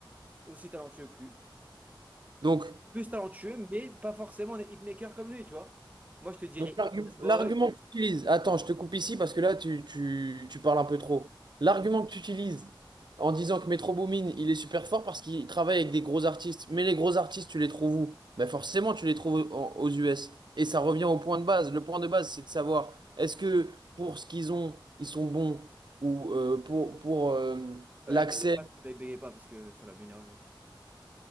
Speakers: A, on the right; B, on the right.
A: aussi talentueux que lui.
B: donc.
A: Plus talentueux, mais pas forcément des hitmakers comme lui, tu vois. Moi, je te dirais
B: Donc, l'argu-
A: Boy,
B: l'argument que tu utilises, attends, je te coupe ici parce que là, tu, tu- tu parles un peu trop. L'argument que tu utilises en disant que Metro Boomin, il est super fort parce qu'il travaille avec des gros artistes, mais les gros artistes, tu les trouves où? Ben forcément, tu les trouves en- aux US. Et ça revient au point de base. Le point de base, c'est de savoir est-ce que pour ce qu'ils ont, ils sont bons ou euh, pour, pour euh,
A: euh,
B: l'accès
A: bégayez pas, bégayez pas parce que ça va m'énerver aussi.